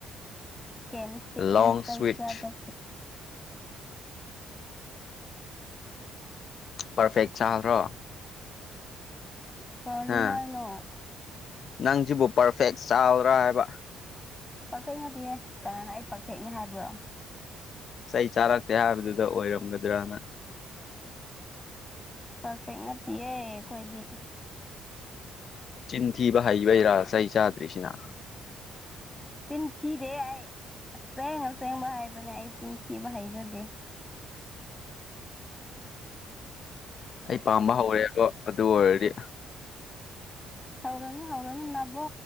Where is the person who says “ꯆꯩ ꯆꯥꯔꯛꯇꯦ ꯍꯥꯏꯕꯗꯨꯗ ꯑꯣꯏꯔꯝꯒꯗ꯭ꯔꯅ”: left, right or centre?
Left